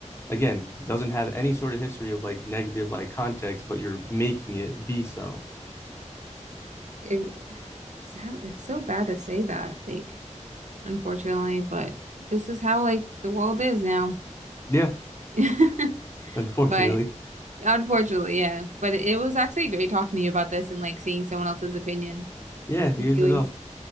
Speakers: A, on the left; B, on the right.
A: again doesn't have any sort of history of like negative like context, but you're making it be so.
B: It, it's, how- it's so bad to say that, like, unfortunately, but this is how like the world is now.
A: Yeah,
B: <laughs>
A: <laughs> unfortunately.
B: But unfortunately, yeah. But it was actually great talking to you about this and like seeing someone else's opinion
A: Yeah,
B: and
A: news
B: feelings.
A: as well.